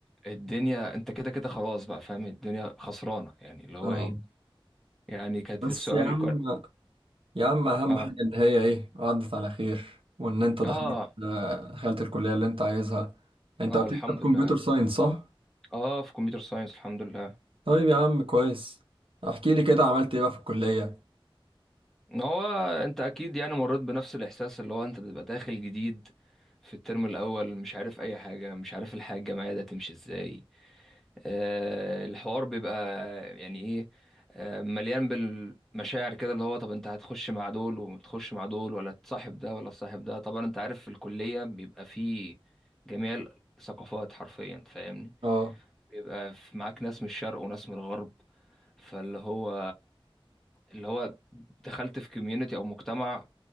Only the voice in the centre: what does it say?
الدنيا انت كده كده خلاص بقى فاهم الدنيا خسرانة يعني اللي هو
ايه يعني كانت
السؤال
كان-
اه
اه
اه
الحمد
لله
اه في كمبيوتر ساينس الحمد لله
هو انت اكيد يعني مريت بنفس الاحساس اللي هو انت بتبقى داخل جديد في الترم الاول مش عارف اي حاجه مش عارف الحياه الجامعيه ده تمشي ازاي آه الحوار بيبقى يعني ايه آه مليان بالمشاعر كده اللي هو طب انت هتخش مع دول وتخش مع دول ولا تصاحب ده ولا تصاحب ده طبعا انت عارف في الكليه بيبقى فيه جميع الثقافات حرفيا فاهمني
بيبقى في- معاك ناس من الشرق وناس من الغرب فاللي هو اللي هو دخلت في كوميونتي او مجتمع